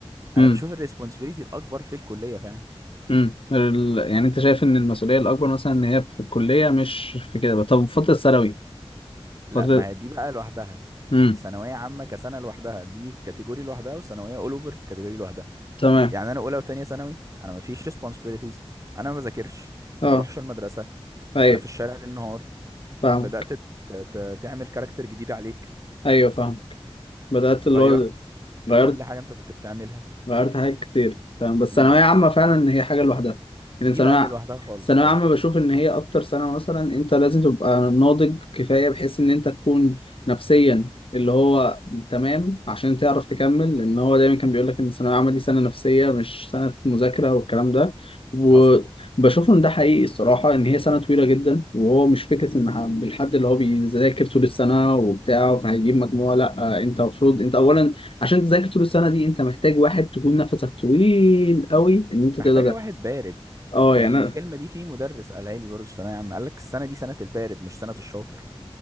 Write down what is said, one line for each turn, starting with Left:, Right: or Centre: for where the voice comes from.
Right: انا
Left: امم
Right: بشوف الريسبونسبيلتي الاكبر في الكليه فعلا
Left: امم ال... يعني انت شايف ان المسؤوليه الاكبر مثلا ان هي في الكليه مش في كده بقى. طب فتره الثانوي
Right: لا
Left: فتره
Right: ما هي دي بقى لوحدها يعني
Left: امم
Right: ثانويه عامه كسنه لوحدها دي في كاتيجوري لوحدها وثانويه اول اوفر في كاتيجوري لوحدها
Left: تمام
Right: يعني انا اولى وتانية ثانوي انا ما فيش responsibilities انا ما بذاكرش انا
Left: اه
Right: ما بروحش المدرسه
Left: ايوه
Right: انا في الشارع ليل نهار
Left: فاهمك
Right: بدات ت- ت- تعمل كاركتر جديد عليك
Left: ايوه فاهمك بدات
Right: غيرت
Left: اللي هو غيرت
Right: كل حاجه انت كنت بتعملها
Left: غيرت حاجات كتير تمام بس
Right: امم
Left: ثانوية عامة فعلا هي حاجة لوحدها
Right: دي
Left: يعني ثانوية
Right: بقى اللي لوحدها خالص
Left: الثانوية
Right: اه
Left: عامة بشوف إن هي أكتر سنة مثلا أنت لازم تبقى ناضج كفاية بحيث إن أنت تكون نفسيا اللي هو تمام عشان تعرف تكمل لأن هو دايما كان بيقول لك إن الثانوية العامة دي سنة نفسية مش سنة مذاكرة والكلام ده وبشوف
Right: حصل
Left: إن ده حقيقي الصراحة إن هي سنة طويلة جدا وهو مش فكرة إن ح- بالحد اللي هو بيذاكر طول السنة وبتاع فهيجيب مجموعة لأ أنت المفروض أنت أولا عشان تذاكر طول السنه دي انت محتاج واحد تكون نفسك طويل قوي ان انت
Right: محتاجه
Left: تقدر ده.
Right: واحد بارد
Left: اه
Right: يعني
Left: يعني
Right: الكلمه
Left: انا
Right: دي في مدرس قالها لي برضه في الثانويه عامه قال لك السنه دي سنه البارد مش سنه الشاطر